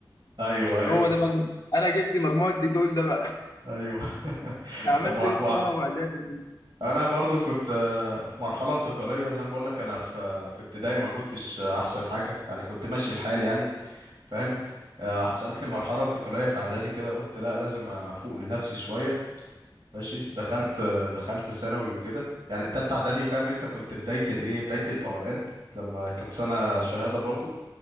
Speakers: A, on the right; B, on the left.
A: ايوه ايوه
B: هو ده مجموع انا جبت مجموع الديتول ده بقى
A: ايوه <laughs>
B: <laughs> عملت
A: طب و... و...
B: ايه في ثانوي واعدادي
A: انا برضو كنت آه، مرحله انتقاليه زي ما بقول لك انا في في ابتدائي ما كنتش آه، احسن حاجه يعني كنت ماشي الحال يعني فاهم آه، حصلت لي مرحله انتقاليه في اعدادي كده قلت لا لازم افوق لنفسي شويه ماشي دخلت آه، دخلت ثانوي وكده يعني تالتة اعدادي فاهم انت كنت بدايه الايه بدايه الفوقان لما كانت سنه شهاده برضو